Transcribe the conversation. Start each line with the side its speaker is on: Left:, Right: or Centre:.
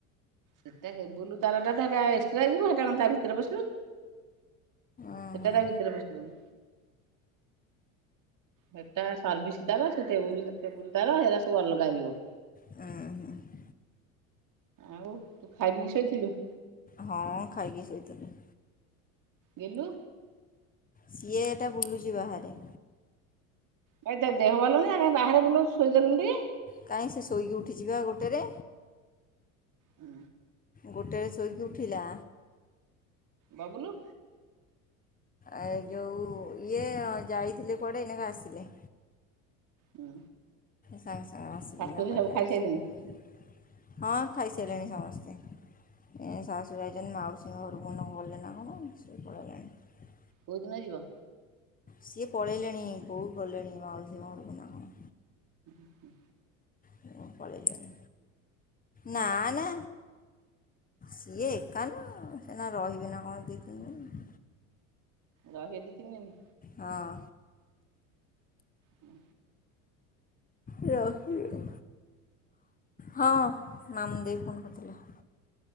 Right: ସେଟା କେବୁଲ ତାରଟା ତ ହେଟା ଏକ୍ସଟ୍ରା ଯିବ ହେଟା କଣ ତା ଭିତରେ ପସିବ
Left: ଓହୋ
Right: ସେଟା ତା ଭିତରେ ପଶିବନି। ସେଟା ସର୍ଭିସ ତାର ସେ କେବୁଲ-କେବୁଲ ତାର ସେରା ସବୁ ଅଲଗା ଯିବ।
Left: ଉଁ
Right: ଆଉ ତୁ ଖାଇ ପିକିି ଶୋଇଥିଲୁ?
Left: ହଁ ଖାଇକି ଶୋଇଥିଲି।
Right: ଗେଲୁ?
Left: ସିଏ ଏଟା ବୁଲୁଛି ବାହାରେ।
Right: ହେଇ ତା ଦେହ ଭଲ ନାହିଁ ଆଉ କାଇଁ ବାହାରେ ବୁଲଉଚୁ ଶୋଇଦେଲୁନୁ ଟିକେ?
Left: କାହିଁ ସେ ଶୋଇକି ଉଠିଚି ବା ଗୋଟେରେ।
Right: ହୁଁ।
Left: ଗୋଟେ ଶୋଇକି ଉଠିଲା।
Right: ବବୁଲୁ?
Left: ଏ ଯୋଉ, ଇଏ ଯାଇଥିଲେ କୁଆଡ଼େ, ଏଇନା କା ଆସିଲେ।
Right: ହୁଁ।
Left: ସାଙ୍ଗେ ସାଙ୍ଗେ ଆସିକିନା
Right: ଶାଶୁଶଶୁର
Left: କୁଆଡ଼େ
Right: ସବୁ
Left: ଯାଇଚି,
Right: ଖାଇସାରିଲେଣି
Left: ହଁ ଖାଇସାରିଲେଣି ସମସ୍ତେ। ଏ ଶାଶୁୁ ଯାଇଚନ୍ତି, ମାଉସୀଙ୍କ ଘରକୁ ନା ଗଲେ ନା କଣ, ସେ ପଳେଇଲେଣି।
Right: କୋଉ ଦିନ ଯିବ?
Left: ସିଏ ପଳେଇଲେଣି, ବୋଉ ଗଲେଣି, ମାଉସୀଙ୍କ ଘରକୁ ନା କଣ?
Right: ହୁଁ।
Left: ବୋଉ ପଳେଇଲେଣି ନା, ନା। ସିଏ ଏକା ନା, ସେ ଏଇନା ରହିବେ ନା କଣ ଦି ତିନି ଦିନି।
Right: ରହିବେ ଦି ତିନି ଦିନି?
Left: ହଁ।
Right: ହଁ।
Left: ରହିବେ, ହଁ, ମାମୁନି ଦେଇ ଫୋନ୍ କରିଥିଲା।